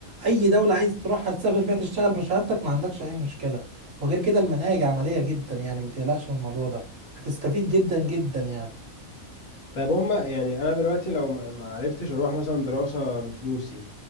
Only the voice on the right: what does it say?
اي دوله عايز تروحها تسافر فيها تشتغل بشهادتك ما عندكش اي مشكله وغير كده المناهج عمليه جدا يعني ما تقلقش من الموضوع ده هتستفيد جدا جدا يعني